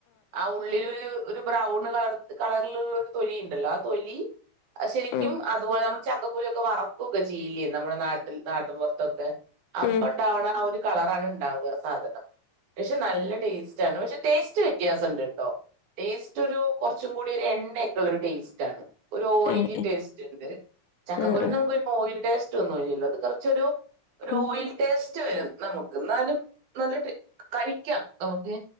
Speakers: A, on the right; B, on the left.
A: ആ ഉള്ള് ള്ളില് ഒരു ബ്രൗണ് കള കളറിളുള്ള ഒരു തൊലി ഉണ്ടല്ലോ ആ തൊലി അത് ശെരിക്കും
B: ഉം,
A: ആഹ് അതുപോലെ നമ്മുടെ ചക്കക്കുരുക്കെ വറക്കൊക്കെ ചെയ്യില്ലേ നമ്മുടെ നാട്ടും നാട്ടിൻ പൊറത്തൊക്കെ അപ്പൊ
B: ഉം,
A: ഇണ്ടാവ്ണ ആ ഒരു കളറാണ് ഉണ്ടാവുക സദ് പക്ഷെ നല്ല ടേസ്റ്റ് ആണ് പക്ഷെ ടേസ്റ്റ് വ്യത്യാസം ഇണ്ട്ട്ടോ ടേസ്റ്റ് ഒരു കൊറച്ചും കൂടി ഒരു എണ്ണയൊക്കള്ള ഒരു ടേസ്റ്റ് ആണ് ഒരു ഓയിലി
B: ഉം, ഉം,
A: ടേസ്റ്റ്ണ്ട് ചക്കക്കുരുവിനു
B: ഉം, ഉം,
A: നമക്ക് ഓയിൽ ടേസ്റ്റ് ഒന്നും ഇല്ലല്ലോ ഇത് കൊറച്ചൊരു
B: ഉം,
A: ഓയിൽ ടേസ്റ്റ് വരും നമുക്ക് എന്നാലും ന്നാലും കഴിക്കാം നമുക്ക്